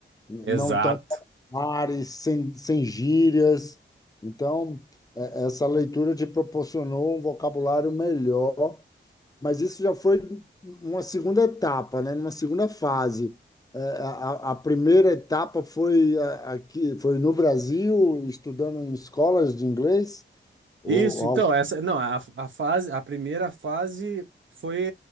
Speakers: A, on the left (about 20°); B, on the right (about 75°).
A: Não
B: Exato.
A: tão populares, sem, sem gírias. Então, é- essa leitura te proporcionou um vocabulário melhor, mas isso já foi uma segunda etapa, né? Uma segunda fase. É, A, a- a primeira etapa foi a- aqui, foi no Brasil, estudando em escolas de inglês? ou
B: Isso,
A: algo
B: então, essa, não, a, a fase, a primeira fase foi,